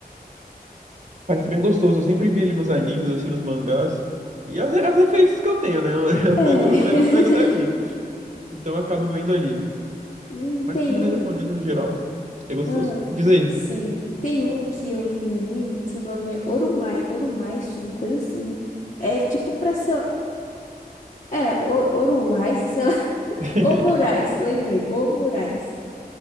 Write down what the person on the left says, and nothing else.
É.
<laughs>
Hum,
tem
um.
Ah,
sim. Tem um que eu vi em anime que o nome é Orumai. Orumaisu, uma coisa assim. É tipo pra ser. É, Or- Oruai, sei lá.
Ô Moraes, lembrei, ô Moraes.